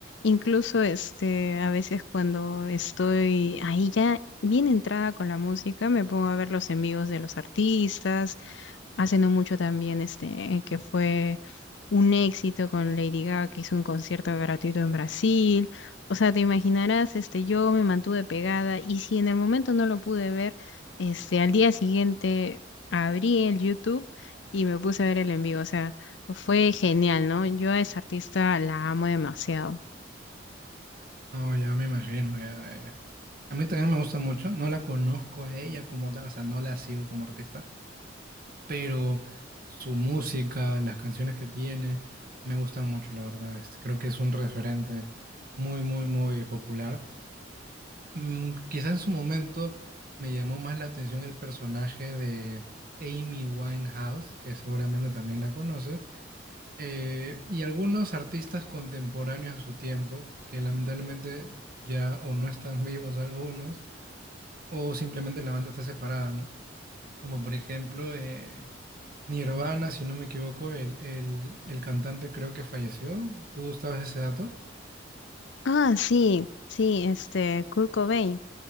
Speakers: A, on the left; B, on the right.
A: Incluso este, a veces cuando estoy ahí ya bien entrada con la música, me pongo a ver los en vivos de los artistas hace no mucho también, este, eh, que fue un éxito con Lady Gaga, que hizo un concierto gratuito en Brasil. O sea, te imaginarás, este, yo me mantuve pegada y si en el momento no lo pude ver, este, al día siguiente abrí el YouTube y me puse a ver el en vivo. O sea, fue genial, ¿no? Yo a esa artista la amo demasiado.
B: No, ya me imagino, ya, eh. A mí también me gusta mucho, no la conozco a ella como tal, o sea, no la sigo como artista, pero su música, las canciones que tiene, me gustan mucho, la verdad. Este, creo que es un referente muy, muy, muy popular. Mm, quizá en su momento me llamó más la atención el personaje de Amy Winehouse, que seguramente también la conoces, eh, y algunos artistas contemporáneos a su tiempo, que lamentablemente ya o no están vivos algunos, o simplemente la banda está separada, ¿no? como por ejemplo eh, Nirvana, si no me equivoco, el, el, el cantante creo que falleció. ¿Tú sabes ese dato?
A: Ah, sí, sí, este, Kurt Cobain.